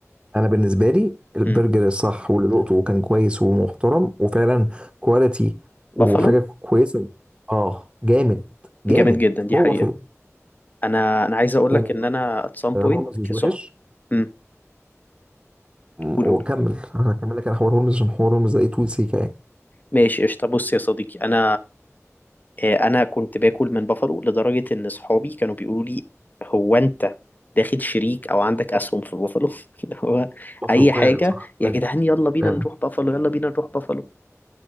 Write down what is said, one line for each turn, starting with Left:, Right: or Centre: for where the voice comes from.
Right: انا بالنسبه لي البرجر
Left: امم
Right: الصح واللي ذقته وكان كويس ومحترم وفعلا كواليتي وحاجه
Left: بافالو
Right: كويسه اه جامد جامد
Left: جامد جدا دي
Right: هو
Left: حقيقة
Right: بافلو
Left: انا انا عايز اقول
Right: يعني
Left: لك ان انا at some
Right: آه،
Left: point
Right: هولمز مش
Left: كصحاب
Right: وحش
Left: امم
Right: م-
Left: قول قول
Right: وكمل انا هكمل لك انا حوار هولمز عشان حوار هولمز ده ايه طول سيكه يعني
Left: ماشي قشطة بص يا صديقي انا آه، انا كنت باكل من بافالو لدرجه ان صحابي كانوا بيقولوا لي هو انت داخل شريك او عندك اسهم في بافالو <laughs> اللي هو
Right: بافلو
Left: اي
Right: فعلا
Left: حاجه
Right: صح
Left: يا
Right: فعلا
Left: جدعان يلا بينا
Right: فعلا.
Left: نروح بافالو يلا بينا نروح بافالو